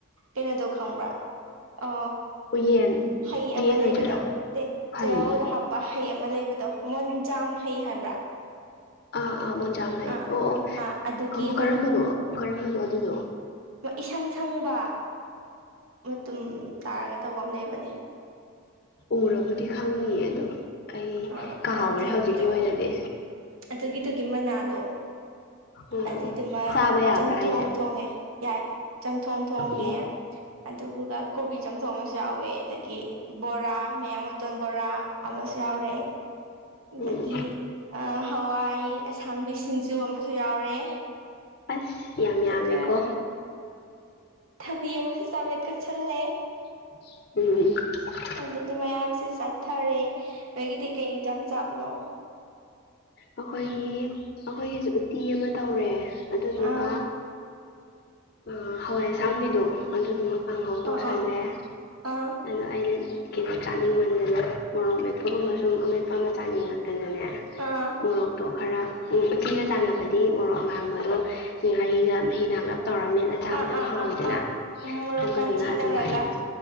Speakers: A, on the right; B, on the left.
A: ꯀꯩꯅꯣꯗꯣ ꯈꯪꯕ꯭ꯔꯥ ꯑ
B: ꯎꯌꯦꯟ
A: ꯍꯩ
B: ꯎꯌꯦꯟ
A: ꯑꯃ ꯂꯩꯕꯗꯣ
B: ꯑꯣꯏꯗꯣꯏꯔꯥ
A: ꯅꯠꯇꯦ ꯆꯩꯔꯥꯎꯕꯗ
B: ꯍꯩꯌꯦ
A: ꯍꯥꯞ ꯄꯥꯥ ꯍꯩ ꯑꯃ ꯂꯩꯕꯗꯣ ꯃꯣꯟꯖꯥꯝ ꯍꯩ ꯍꯥꯏꯕ꯭ꯔꯥ꯫
B: ꯑꯥ ꯑꯥ ꯃꯣꯟꯖꯥꯝ ꯍꯥꯩ
A: ꯑꯥ
B: ꯑꯣ ꯑꯣ
A: ꯑꯥ ꯑꯗꯨꯒꯤ
B: ꯀꯝ ꯀꯔꯝꯕꯅꯣ ꯀꯔꯝꯕꯅꯣ ꯑꯗꯨꯅꯣ꯫
A: ꯃ ꯏꯁꯪ ꯁꯪꯕꯥ꯫ ꯃꯇꯨꯝ ꯇꯥꯔꯒ ꯇꯧꯕ ꯑꯃ ꯂꯩꯕꯅꯦ꯫
B: ꯎꯔꯕꯨꯗꯤ ꯈꯪꯅꯤꯌꯦ ꯑꯗꯣ꯫ ꯑꯩ
A: ꯑꯥ
B: ꯀꯥꯎꯈ꯭ꯔꯦ
A: ꯑꯗꯨꯒꯤꯗꯣ
B: ꯍꯧꯖꯤꯛꯀꯤ ꯑꯣꯏꯅꯗꯤ꯫
A: ꯑꯗꯨꯒꯤꯗꯨꯒꯤ ꯃꯅꯥꯗꯣ
B: ꯎꯝ
A: ꯑꯗꯨꯏꯗꯨꯃ
B: ꯆꯥꯕ ꯌꯥꯕ꯭ꯔꯥ
A: ꯆꯝꯊꯣꯡ
B: ꯍꯥꯏꯁꯦ
A: ꯊꫭꯡ ꯊꯣꯡꯉꯦ ꯌꯥꯏ ꯆꯝꯊꯣꯡ ꯊꯣꯡꯉꯦ꯫
B: ꯎꯝ
A: ꯑꯗꯨꯒꯗꯨꯒ ꯀꯣꯕꯤ ꯆꯥꯝꯊꯣꯛ ꯑꯃꯁꯨ ꯌꯥꯎꯋꯦ ꯑꯗꯒꯤ ꯕꯣꯔꯥ ꯃꯌꯥꯡ ꯃꯇꯣꯟ ꯕꯣꯔꯥ ꯑꯃꯁꯨ ꯌꯥꯎꯔꯑꯦ꯫ ꯑꯗꯒꯤ
B: ꯎꯝ
A: ꯍꯋꯥꯏ ꯑꯁꯥꯡꯕꯤ ꯁꯤꯡꯖꯨ ꯑꯃꯁꯨ ꯌꯥꯎꯔꯦ꯫
B: ꯑꯁ꯫ ꯌꯥꯝ
A: ꯑꯗꯨꯒ
B: ꯌꯥꯝꯃꯦꯀꯣ
A: ꯊꯕꯤ ꯑꯃꯁꯨ ꯆꯥꯃꯦꯠ ꯀꯠꯁꯜꯂꯦ꯫
B: <unintelligible>
A: ꯑꯗꯒꯤ ꯃꯌꯥꯝꯁꯦ ꯆꯠꯊꯔꯦ ꯅꯣꯏꯒꯤꯗꯤ ꯀꯩ ꯏꯟꯁꯥꯡ ꯆꯥꯕꯅꯣ꯫
B: ꯑꯩꯈꯣꯏꯒꯤ ꯑꯩꯈꯣꯏꯒꯤꯁꯨ ꯎꯠꯇꯤ ꯑꯃ ꯇꯧꯔꯦ ꯑꯗꯨꯗꯨꯒꯥ
A: ꯑꯥ
B: ꯑꯥ ꯍꯋꯥꯏ ꯑꯁꯥꯡꯕꯤꯗꯣ ꯑꯗꯨꯗꯨꯃ ꯀꯥꯡꯍꯧ ꯇꯧꯁꯜꯂꯦ
A: ꯑꯥ ꯑꯥ ꯑꯥ
B: ꯑꯗꯣ ꯑꯩꯅ ꯀꯩꯅꯣ ꯆꯥꯅꯤꯡꯃꯟꯗꯅ ꯃꯣꯔꯣꯛ ꯃꯦꯠꯄꯒꯨꯝꯕ ꯁꯨꯝ ꯑꯃꯦꯠꯄ ꯑꯃ ꯆꯥꯅꯤꯡꯉꯛꯇꯅꯅꯦ
A: ꯑꯥ
B: ꯃꫭꯔꯣꯛ ꯠꯇꯣ ꯈꯔ ꯎꯝ ꯎꯠꯇꯤꯒ ꯆꯥꯟꯅꯕꯗꯤ ꯃꯣꯔꯣꯛ ꯑꯉꯥꯡꯕꯗꯣ ꯉꯥꯔꯤꯒ ꯃꯍꯤ ꯂꯥꯡꯂꯛ ꯇꯧꯔ ꯃꯦꯠꯂ ꯆꯥꯕꯗ
A: ꯑꯥ
B: ꯌꯥꯝ
A: ꯑꯥ
B: ꯍꯥꯎꯋꯤꯗꯅ
A: ꯑꯥ ꯑꯥ ꯎꯝ ꯃꯣꯔꯣꯛ
B: ꯑꯗꯨꯗꯨꯅ
A: ꯀꯥꯟꯆꯤ
B: ꯑꯗꯨꯃꯥꯏꯅ
A: ꯇꯧꯔꯒ